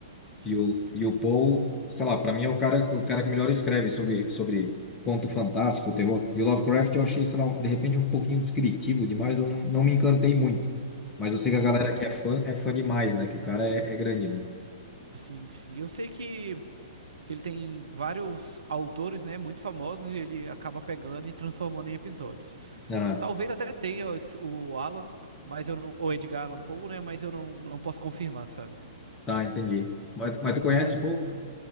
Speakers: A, on the right; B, on the left.
A: Sim.
B: E o, e o Poe, sei lá, para mim é o cara, o cara que melhor escreve sobre, sobre conto fantástico, terror. E o Lovecraft eu achei, sei lá, de repente um pouquinho descritivo demais, eu não, não me encantei muito. Mas eu sei que a
A: Aham.
B: galera que é fã, é fã demais, né? Que o cara é, é grande, né?
A: Sim, sim. Eu sei que, que ele tem vários autores, né, muito famosos e ele acaba pegando e transformando em episódios.
B: Ah,
A: Talvez até tenha o o Alan, mas eu não, ou Edgar Allan Poe, né, mas eu não, não posso confirmar, sabe?
B: tá, entendi. Mas, mas tu conhece, Poe?